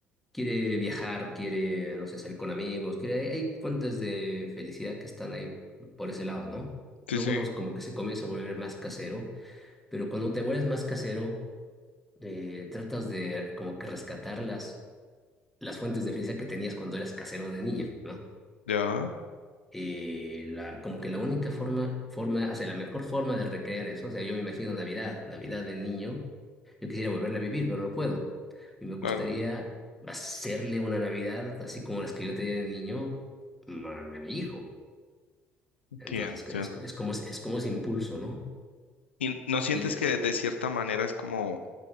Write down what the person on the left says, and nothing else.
sí,
sí,
ya,
claro,
entiendo.
¿Y no sientes
que de cierta manera es como